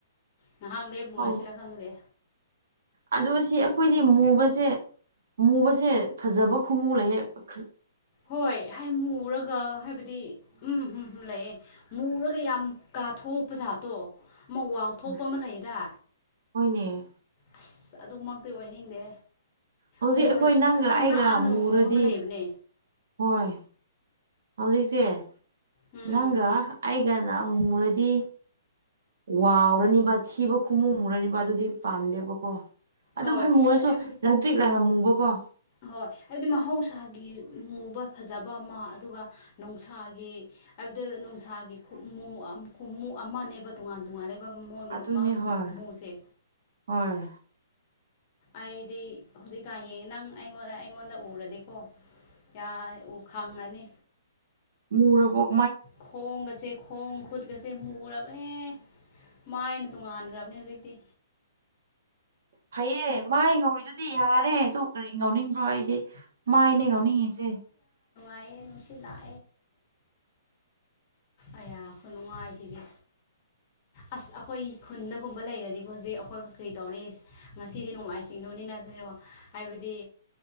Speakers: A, on the left; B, on the right.
A: ꯉꯍꯥꯛ ꯂꯦ ꯄꯨꯔꯁꯤꯔ
B: ꯐꯧ
A: ꯈꯪꯗꯦ
B: ꯑꯗꯣ ꯁꯤ ꯑꯩꯈꯣꯏꯗꯤ ꯃꯨꯕꯁꯦ ꯃꯨꯕꯁꯦ ꯐꯖꯕ ꯈꯨꯃꯨ ꯂꯩꯦꯛ
A: ꯍꯣꯏ ꯍꯥꯏ ꯃꯨꯔꯒ ꯍꯥꯏꯕꯗꯤ ꯎꯝ ꯎꯝ ꯂꯩꯌꯦꯦ ꯃꯨꯔꯒ ꯌꯥꯝ ꯀꯥꯊꯣꯛꯄ ꯖꯥꯠꯇꯣ ꯑꯃ ꯋꯥꯎꯊꯣꯛꯄ
B: ꯎꯝ
A: ꯑꯃ ꯂꯩꯗꯥ
B: ꯍꯣꯏꯅꯦ
A: ꯑꯁ ꯑꯗꯨꯃꯛꯇꯤ ꯑꯣꯏꯅꯤꯡꯗꯦ
B: ꯍꯧꯖꯤꯛ
A: ꯃꯨꯔꯁꯨ
B: ꯑꯩꯈꯣꯏ ꯅꯪꯒ
A: ꯈꯤꯇꯪ
B: ꯑꯩꯒ
A: ꯅꯥꯍꯜꯂꯒ
B: ꯃꯨꯔꯗꯤ
A: ꯃꯨꯕ ꯑꯃ ꯂꯩꯕꯅꯦ
B: ꯍꯣꯏ ꯍꯧꯖꯤꯛꯁꯦ
A: ꯎꯝ
B: ꯅꯪꯒ ꯑꯩ ꯀꯅ ꯃꯨꯔꯗꯤ ꯋꯥꯎꯔꯅꯤꯕ ꯊꯤꯕ ꯈꯣꯡꯃꯨ ꯃꯨꯔꯅꯤꯕ ꯑꯗꯨꯗꯤ ꯄꯥꯝꯗꯦꯕꯀꯣ ꯑꯗꯨꯝ
A: ꯍꯣꯏ
B: ꯍꯩ ꯃꯨꯨꯔꯁꯨ
A: ꯍꯥꯏꯕꯗꯤ
B: ꯂꯪ ꯇ꯭ꯔꯤꯛ ꯂꯪꯅ ꯃꯨꯕꯀꯣ
A: ꯍꯣꯏ ꯍꯥꯏꯕꯗꯤ ꯃꯍꯧꯁꯥꯒꯤ ꯃꯨꯕ ꯐꯖꯕ ꯑꯃ ꯑꯗꯨꯒ ꯅꯨꯡꯁꯥꯒꯤ ꯍꯥꯏꯕꯗꯤ ꯑꯗꯨ ꯅꯨꯡꯁꯥꯒꯤꯃꯨ ꯀꯃꯨ ꯑꯃꯅꯦꯕ ꯇꯣꯉꯥꯟ ꯅꯨꯡꯉꯥꯏꯕ
B: ꯑꯗꯨꯅꯦ
A: ꯃꯥꯒꯤ
B: ꯍꯣꯏ
A: ꯃꯃꯨꯁꯦ
B: ꯍꯣꯏ
A: ꯑꯩꯗꯤ ꯍꯧꯖꯤꯛꯀꯥ ꯌꯦꯡ ꯅꯪ ꯑꯩꯉꯣꯟ ꯑꯩꯉꯣꯟꯗ ꯎꯔꯗꯤꯀꯣ ꯌꯥ ꯎ ꯈꯪꯉꯅꯤ
B: ꯃꯕꯨ
A: ꯈꯣꯡꯁꯦ ꯈꯣꯡ ꯈꯨꯠꯀꯁꯦ ꯃꯨꯔꯕꯅꯦ ꯃꯥꯏꯅ ꯇꯣꯉꯥꯟꯈ꯭ꯔꯕꯅꯦ ꯍꯧꯖꯤꯛꯇꯤ
B: ꯐꯩꯌꯦꯦ ꯃꯥ ꯉꯧꯔꯤꯗꯨꯗꯤ ꯌꯥꯔꯦ ꯑꯗꯨ ꯀꯔꯤ ꯉꯧꯅꯤꯡꯕ꯭ꯔꯣ ꯑꯩꯗꯤ ꯃꯥꯏꯅ ꯉꯧꯅꯤꯡꯉꯤꯁꯦ
A: ꯑꯌꯦ ꯅꯨꯡꯁꯤ ꯂꯑ ꯑꯌꯥꯁꯨ ꯅꯨꯡꯉꯥꯏꯁꯤꯗꯤ ꯑꯁ ꯑꯩꯈꯣꯏ ꯈꯨꯟꯗꯒꯨꯝꯕ ꯂꯩꯔꯗꯤꯀꯣ ꯍꯧꯖꯤꯛ ꯑꯩꯈꯣꯏ ꯀꯔꯤ ꯇꯧꯔꯤ ꯉꯁꯤꯗꯤ ꯅꯣꯡꯃꯥꯏ ꯆꯤꯡꯗꯧꯅꯤꯅꯔꯣ ꯍꯥꯏꯕꯗꯤ